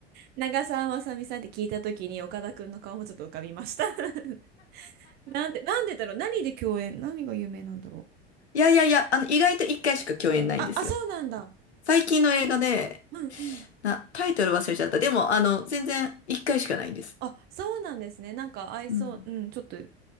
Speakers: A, on the right; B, on the left.
A: 長澤まさみさんって聞いたときに、岡田くんの顔もちょっと浮かびました。<laughs> なんで、なんでだろう何で共演何が有名なんだろう
B: いやいやいや、あの、意外と一回しか共演ないんですよ。
A: あ、あ、そうなんだ。
B: 最近の映画で、
A: うんうん。
B: な、タイトル忘れちゃった。でも、あの、全然一回しかないんです。
A: あ、そうなんですね。なんか合いそう。
B: うん。
A: うん、ちょっと、